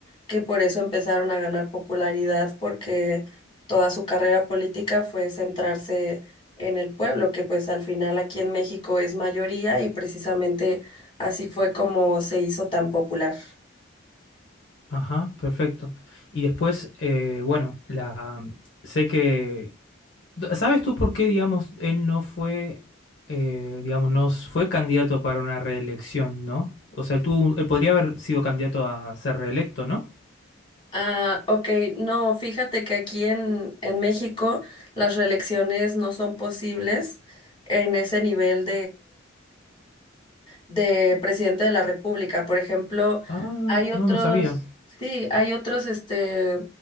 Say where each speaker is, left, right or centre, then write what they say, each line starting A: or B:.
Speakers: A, on the left (about 25°); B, on the left (about 60°).
A: que por eso empezaron a ganar popularidad porque toda su carrera política fue centrarse en el pueblo, que pues al final aquí en México es mayoría y precisamente Así fue como se hizo tan popular.
B: Ajá, perfecto. Y después, eh, bueno, la, sé que ¿Sabes tú por qué, digamos, él no fue, eh, digamos, no s- fue candidato para una reelección, ¿no? O sea, tú, él podría haber sido candidato a ser reelecto, ¿no?
A: Ah, ok, no, fíjate que aquí en, en México las reelecciones no son posibles en ese nivel de presidente de la República. Por ejemplo,
B: Ah,
A: hay otros,
B: no, no sabía.
A: sí, hay otros este,